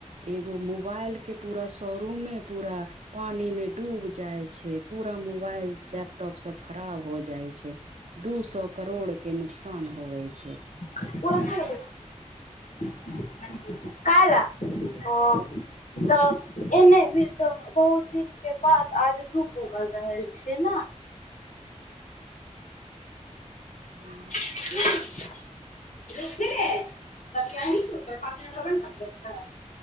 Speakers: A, on the right; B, on the left.
A: एगो मोबाइल के पूरा शोरूमे पूरा पानी मे डूब जाइ छै पूरा मोबाइल लैपटॉप सब खराब हो जाइ छै दू सौ करोड़ के नुकसान होबैय छै
B: <unintelligible> काइ लऽ हँ तऽ एने भी तऽ बहुत दिनक के बाद आज धूख उगल रहल छै न
A: हूँ
B: <inaudible> <unintelligible>